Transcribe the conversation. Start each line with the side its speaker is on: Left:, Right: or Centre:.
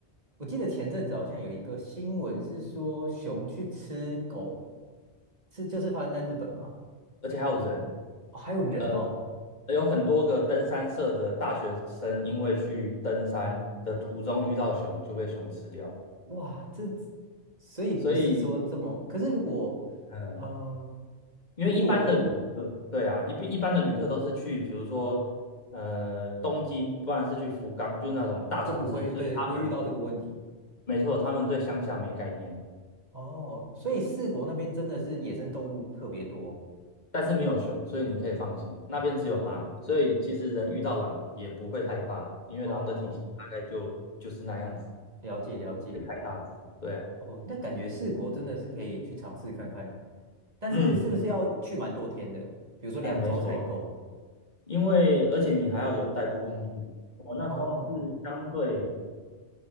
Right: 我记得前阵子好像有一个新闻是说熊去吃狗，是就是发生在日本吗？
Left: 而且还有人，
Right: 哦还有人哦，
Left: 呃，有很多个登山社的大学生因为去登山的途中遇到熊就被熊吃掉，
Right: 哇，这所以不是说这么，
Left: 所以
Right: 可是如果
Left: 嗯、呃
Right: 嗯，
Left: 因为一般的旅客，
Right: 如果我是
Left: 对啊，一一般的旅客都是去，比如说呃东京，不然是去福冈，就是那种大城市，
Right: 就不会对不会遇到这个问题。
Left: 所以他们没错，他们对乡下没概念，
Right: 哦，所以四国那边真的是野生动物特别多。
Left: 但是没有熊，所以你可以放心，那边只有狼，所以其实人遇到狼也不会害怕了，因为狼的体型大概就就是那样子，
Right: 哦，了解了解。
Left: 不会太大只，对啊，
Right: 哦，那感觉四国真的是可以去尝试看看，但是是不是要去蛮多天的？
Left: 嗯，
Right: 比如说两周才够。
Left: 呃，没错，因为而且你还要有代步工具，我那时候是相对
Right: 哦，